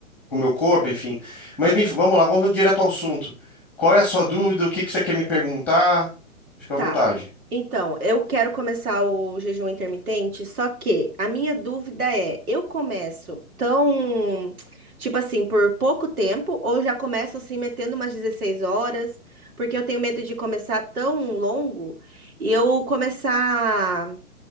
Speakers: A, in the centre; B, on the right.
A: com o meu corpo, enfim. Mas me- vamos lá, vamos direto ao assunto. Qual é a sua dúvida? O que que você quer me perguntar? Fica
B: Tá.
A: à vontade.
B: Então, eu quero começar o jejum intermitente, só que a minha dúvida é, eu começo tão, tipo assim, por pouco tempo ou já começo assim metendo umas 16 horas? Porque eu tenho medo de começar tão longo e eu começar,